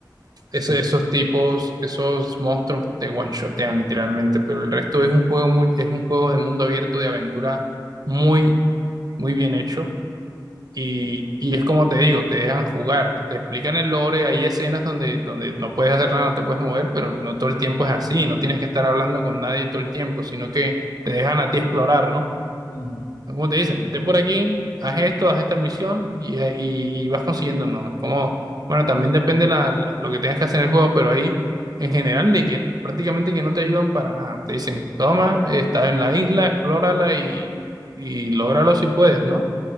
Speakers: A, on the right; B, on the left.
A: Eso-
B: mm,
A: esos tipos, esos monstruos te one-shotean literalmente, pero el resto es un juego muy, es un juego de mundo abierto, de aventura muy, muy bien hecho y,
B: sí,
A: y es como te digo, te dejan jugar, te explican el lore, hay escenas donde, donde no puedes hacer nada, no te puedes mover, pero no todo el tiempo es así, no tienes que estar hablando con nadie todo el tiempo, sino que te dejan a ti explorar, ¿no?
B: ujú,
A: Como te dicen, vete por aquí, haz esto, haz esta misión y, eh, y, y vas consiguiendo, ¿no? Es como, bueno, también depende la, la- lo que tengas que hacer en el juego, pero ahí en general de que prácticamente que no te ayudan para nada, te dicen, toma, estás en la isla, explórala y, y lógralo si puedes, ¿no?